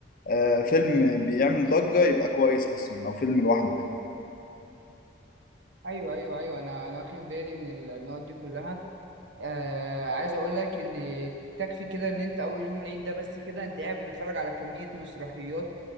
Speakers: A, on the left; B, on the right.
A: آه فيلم بيعمل ضجة يبقى كويس اصلا لو فيلم لوحده كده
B: ايوه ايوه ايوه انا انا واخد بالي من النقط دي كلها آه عايز اقول لك ان تكفي كده ان انت اول يوم العيد ده بس كده انت قاعد بتتفرج على كمية مسرحيات